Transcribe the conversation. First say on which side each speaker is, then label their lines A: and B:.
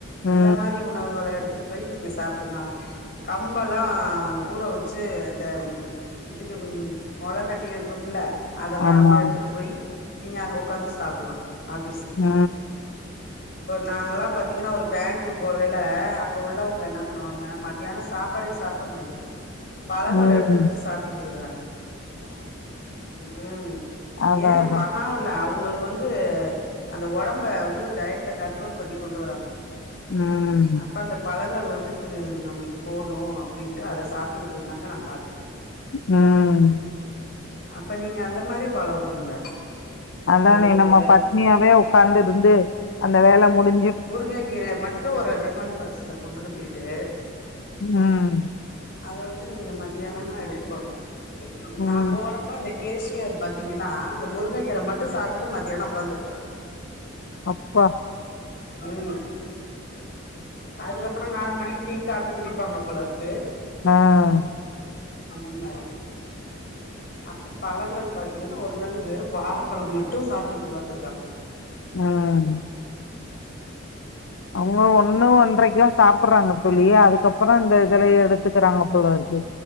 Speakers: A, on the left; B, on the left.
A: ம்
B: இந்த மாரி உணவுகள எடு எடுத்துட்டு போயி நீங்க சாப்டுங்க கம்பெல்லா ஊற வெச்சு அந்த இதுக்கு மொள கட்டி இருக்குன்ல்ல அதெல்லா
A: ஆமா
B: வந்து எடுத்துட்டு போயி நீங்க அங்க உக்காந்து சாப்ல்லா ஆஃபீஸ்ல
A: ம்
B: நாங்க எல்லாம் பாத்தீங்கன்னா ஒரு ஃபேங்க்கு போகைல அங்க உள்ளவங்க என்ன பண்ணுவாங்க மத்தியான சாப்பாடே சாப்ட மாட்டிங்கிறாங்க பழங்கள
A: ம்
B: எடுத்து வெச்சு சாப்ட்டுகிட்டு இருக்கறாங்க ம்
A: அதா
B: ஏ
A: அதா
B: பாவல்ல அவுங்களுக்கு வந்து து அந்த ஒடம்ப வந்து டயட்ல கண்ட்ரோல் பண்ணி கொண்டு வராங்க
A: ம்
B: அப்ப அந்த பழங்கள் வந்து பொ நம்மளுக்கு போது அப்படின்ட்டு அத சாப்டுட்டுகிட்டு இருந்தாங்க நா பாத்தே
A: ம்
B: அப்ப நீங்க அந்த மாரி ஃபாலோ பண்ணுங்க
A: அதானே
B: இப்ப உங்களுக்கு
A: நம்ம பட்னியாவே உக்காந்திருந்து அந்த வேல முடி
B: முருங்க கீர மட்டு ஒரு டிஃபன் பாக்ஸ்ல கொண்டுட்டு போயிட்டு
A: ம்
B: அத வந்து நீங்க மத்தியானமா எடுத்துக்கோங்க
A: ம்
B: நா போறப் ப அந்த கேஷ்யர் பாத்தீங்கன்னா அந்த முருங்க கீர மட்டு சாப்டுட்டு மத்தியானோ உக்காந்துருக்கராங்க
A: அப்பா
B: ம் அதுக்கப்பறோ நாலு மணிக்கு டீ காப்பி குடிப்பாங்க போலருக்கு
A: நாங்க
B: அந்த மாரி அப்ப பழங்கள் பாத்திங்ன்னா ஒரு நாள் வெறு வாழப்பழோ மட்டு சாப்டுக்கிட்டு உக்காந்துருக்காங்க
A: ஆம் அவுங்க ஒண்ணு ஒன்றைக்குலா சாப்பறாங்க தோழி அதுக்கப்பறோ இந்த இதலய எடுத்துக்கறாங்க போலருக்கு